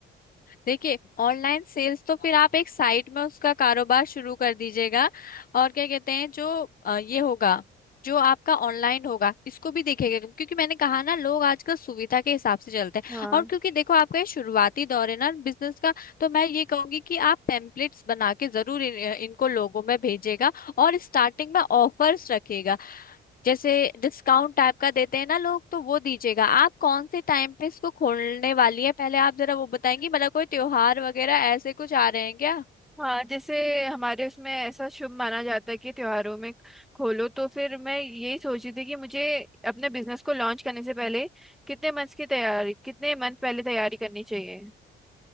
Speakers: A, on the left; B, in the centre.
A: देखिए ऑनलाइन सेल्स तो फिर आप एक साइट में उसका कारोबार शुरू कर दीजिएगा और क्या कहते हैं जो अ, ये होगा जो आपका ऑनलाइन होगा इसको भी देखेगा क्योंकि मैंने कहा ना लोग आजकल सुविधा के हिसाब से चलते हैं
B: हाँ
A: और क्योंकि देखो आपका ये शुरुआती दौर है ना बिजनेस का तो मैं ये कहूंगी कि आप टेम्पलेट्स बना के जरूर इन, इनको लोगों में भेजेगा और स्टार्टिंग में ऑफर्स रखेगा जैसे डिस्काउंट टाइप का देते हैं ना लोग तो वो दीजिएगा आप कौन से टाइम पे इसको खोलने वाली है पहले आप जरा वो बताएंगी मतलब कोई त्योहार वगैरह ऐसे कुछ आ रहे हैं क्या
B: हाँ जैसे हमारे इसमें ऐसा शुभ माना जाता है कि त्योहारों में खोलो तो फिर मैं यही सोची थी कि मुझे अपने बिजनेस को लॉन्च करने से पहले कितने मंथ्स की तैयारी कितने मंथ पहले तैयारी करनी चाहिए